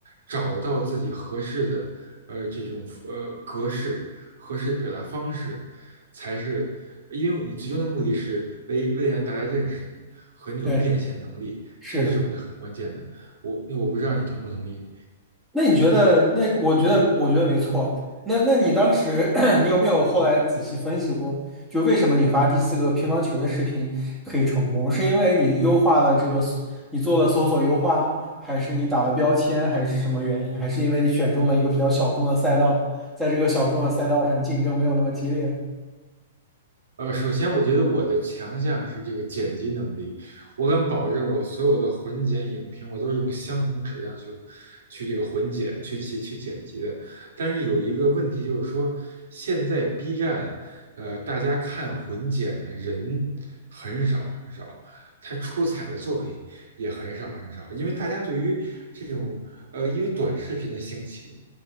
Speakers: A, on the right; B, in the centre.
A: 找到自己合适的呃这种呃格式、合适的表达方式，才是因为你最终的目的是为为了让大家认识你和你有变现能力，
B: 对，是的。
A: 这个是我觉得很关键的。我那我不知道你同不同意。
B: 那你觉得？那我觉得，我觉得没错。那那你当时，<clears throat> 你有没有后来仔细分析过，就为什么你发第四个乒乓球的视频可以成功？是因为你优化了这个搜你做了搜索优化，还是你打了标签，还是什么原因？还是因为你选中了一个比较小众的赛道，在这个小众的赛道上竞争没有那么激烈？
A: 呃，首先我觉得我的强项是这个剪辑能力，我敢保证我所有的混剪影评，我都是用相同质量去去这个混剪、去去去剪辑的。但是有一个问题就是说，现在 B 站，呃，大家看混剪的人很少很少，他出彩的作品也很少很少，因为大家对于这种呃，因为短视频的兴起。